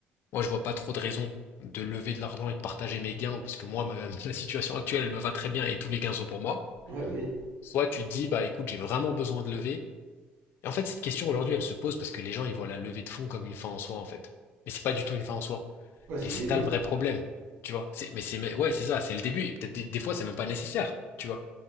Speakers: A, on the left; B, on the right.
A: moi, je vois pas trop de raison de lever de l'argent et de partager mes gains, parce que moi, ma, <laughs> la situation actuelle, elle me va très bien, et tous les gains sont pour moi.
B: Ouais, bah oui.
A: Soit tu te dis, bah écoute, j'ai vraiment besoin de lever. Et en fait, cette question aujourd'hui, elle se pose parce que les gens, ils voient la levée de fonds comme une fin en soi, en fait. Mais c'est pas du tout une fin en soi.
B: Ouais, c'est
A: Et
B: le
A: c'est
B: début.
A: ça le vrai problème, tu vois. C'est, mais c'est, mais ouais, c'est ça, c'est le début. Et peut-être des, des fois, c'est même pas nécessaire, tu vois.